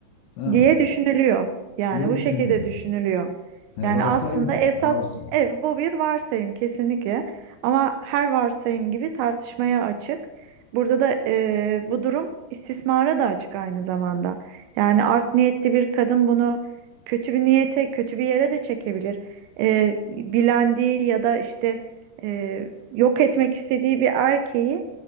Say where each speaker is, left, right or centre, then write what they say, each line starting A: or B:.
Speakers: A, on the left (about 70°); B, on the right (about 80°).
A: Tamam
B: diye
A: mı?
B: düşünülüyor. Yani
A: diye
B: bu
A: düşünülen.
B: şekilde düşünülüyor.
A: He,
B: Yani
A: varsayım
B: aslında
A: o.
B: esas
A: Varsın.
B: ev bu bir varsayım kesinlikle. Ama her varsayım gibi tartışmaya açık. Burada da eee, bu durum istismara da açık aynı zamanda. Yani art niyetli bir kadın bunu kötü bir niyete, kötü bir yere de çekebilir. Eee, bilendiği ya da işte eee, yok etmek istediği bir erkeği